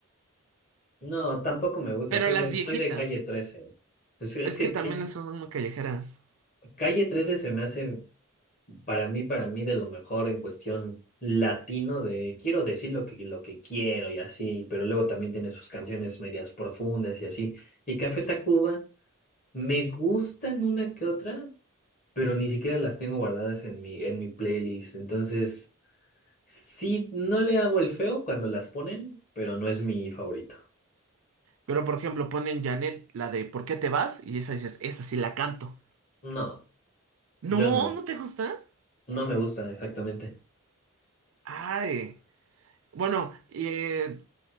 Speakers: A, on the left (about 35°); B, on the right (about 70°).
A: No, tampoco me gusta,
B: pero
A: soy
B: las
A: de,
B: viejitas.
A: soy de calle trece Pues Es
B: Es
A: que
B: que también
A: calle,
B: esas son muy callejeras.
A: calle trece se me hace para mí, para mí de lo mejor en cuestión latino de quiero decir lo que, lo que quiero y así, pero luego también tiene sus canciones medias profundas y así. Y Café Tacuba me gustan una que otra, pero ni siquiera las tengo guardadas en mi, en mi playlist. Entonces, sí, no le hago el feo cuando las ponen, pero no es mi favorito.
B: Pero, por ejemplo, ponen Janet, la de ¿Por qué te vas? Y esa dices, esa sí la canto.
A: No.
B: No,
A: Yo no,
B: ¿no te gusta?
A: no me gustan exactamente.
B: Ay. Bueno, eh,